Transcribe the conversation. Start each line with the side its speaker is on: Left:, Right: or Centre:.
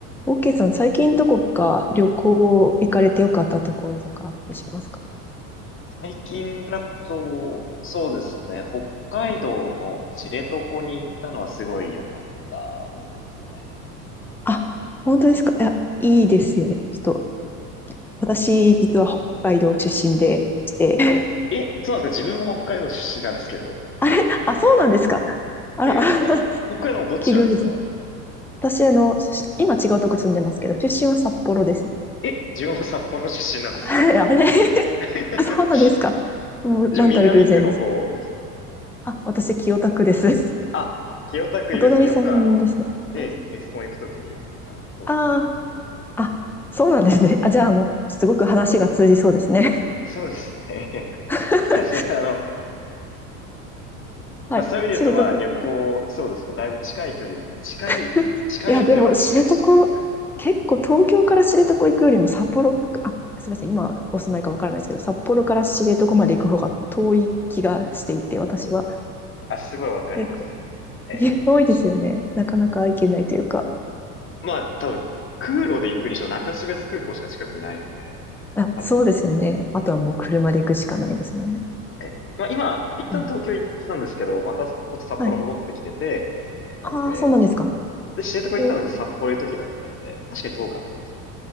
Centre: オーケーさん、最近どこか旅行行かれてよかったところとかあったりしますか
Left: 最近だと、そうですね、北海道の知床に行ったのはすごい良かった思い出ですね。
Centre: あ、本当ですかいや、いいですよね。ちょっと、私、実は北海道出身でして、
Left: え、そうなんですか自分も北海道出身なんですけど。
Centre: <laughs> あれあ、そうなんですかあら、
Left: ええ、
Centre: あら
Left: え、北海道のどちらですか
Centre: <laughs> 奇遇ですね。私、あの、し今違うとこ住んでますけど、出身は札幌です。
Left: え、自分も札幌出身なんですけど。
Centre: <laughs> あれ、あれ <laughs>
Left: <laughs>
Centre: あそうなんですかもう、
Left: 自分南区の方ですね。
Centre: なんたる偶然ですかあ、私、清田区です。<laughs>
Left: あ、清田区いいですね。
Centre: お隣さんですね。
Left: よくあの、ええ、
Centre: お隣さん。
Left: エスコン行くときに、あの、通ってます。
Centre: ああ、そうなんですね。あ、じゃあもう、すごく話が通じそうですね。
Left: そうですね。
Centre: <laughs>
Left: <laughs> そうですね、あの、
Centre: はい。
Left: まあそういう意味で言うとまあ旅行、
Centre: 知床。
Left: そうですね。だいぶ近い距離。まあ近い、
Centre: <laughs>
Left: 近いといえば近いし。
Centre: いや、でも、知床、結構東京から知床行くよりも札幌、あ、すみません、今お住まいかわからないですけど、札幌から知床まで行く方が遠い気がしていて、私は。
Left: あ、すごいわかります。
Centre: 結構、
Left: え、
Centre: いや遠いですよね。
Left: ひ
Centre: なかなか行けないというか。
Left: まあ多分、空路で行くにしろ中標津空港しか近くにないので、
Centre: あ、
Left: 多分、
Centre: そうですよね。あとはもう車で行くしかないですもんね。
Left: え、まあ今、一旦東京行ってたんですけど、
Centre: うん
Left: またこっち札幌戻ってきてて、
Centre: はい。
Left: なんで、
Centre: ああ、そうなんですか。
Left: で、知床行ったので札幌行く時だったんで、
Centre: えー
Left: 確かに遠かったですね。